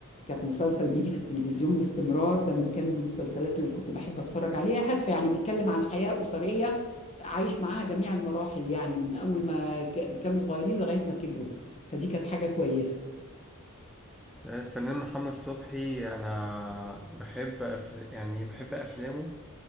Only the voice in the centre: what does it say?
الفنان محمد صبحي أنا بحب أفل... يعني بحب أفلامه